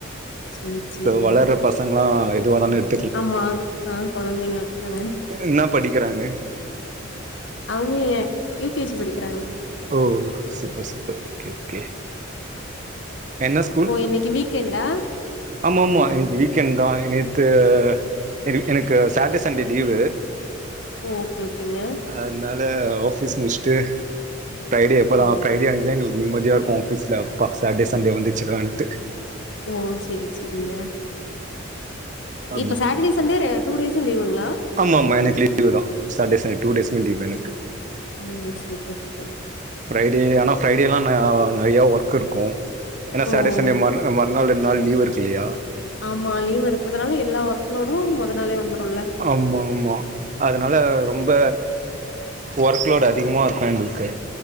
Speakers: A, on the left; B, on the right.
A: சேரி சேரிங்க
B: சோ வளர்ற பசங்ளா எதுவேனாலு எடு
A: ஆமா ஆ கொழந்தைங்களுக்கு தானே
B: என்னா படிக்கிறாங்க
A: அவுங்கே யூ கே ஜி படிக்கிறாங்க
B: ஓ சூப்பர் சூப்பர் ஓகே ஓகே என்ன ஸ்கூல்
A: ஓ இன்னைக்கு வீக்கெண்டா
B: ஆமா ஆமா இன்னைக்கு வீக்கெண்ட் தா நேத்து எனக் எனக்கு சாட்டே சண்டே லீவு
A: ஓகே ஓகேங்க
B: அதனால ஆபிஸ் முடிசிட்டு ஃரைடே எப்ப தா
A: ஓ
B: ஃரைடே அன்னைக்குதா நிம்மதியா இருக்கு ஆபீஸ்ல அப்பா சாட்டே சண்டே வந்துச்சிடான்டு
A: ஓ சேரி சேரிங்க
B: அப்டி
A: இப்ப சாட்டடே சண்டே ரெ டூ டேஸீ லீவுங்ளா
B: ஆமாமா எனக்கு லீவு தா சாட்டே சண்டே டூ டேஸ்மே லீவ் எனக்கு
A: ம் சூப்பர் சூப்பர்
B: ஃபிரைடே ஆனா ஃபிரைடேல்லா நெறைய ஒர்க் இருக்கு ஏனா
A: ஓ
B: சாட்டே சண்டே மா அ மா மூண் நாள் ரெண் நாள் லீவுருக்கில்லையா
A: ஆமா லீவ் இருக்கறதுனால எல்லா ஒர்க்ளோடு மொத நாளே வந்துருல்ல
B: ஆம்மாமா அதனால ரொம்ப ஒர்க் லோட் அதிகமா இருக்கு எங்களுக்கு